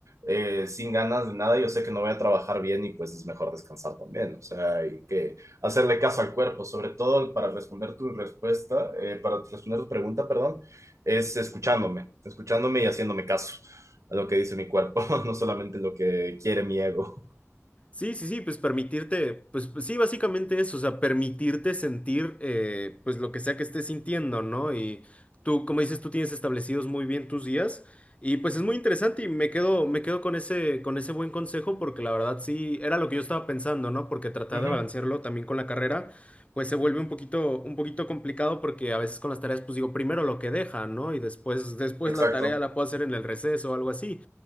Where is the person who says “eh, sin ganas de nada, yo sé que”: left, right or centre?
Right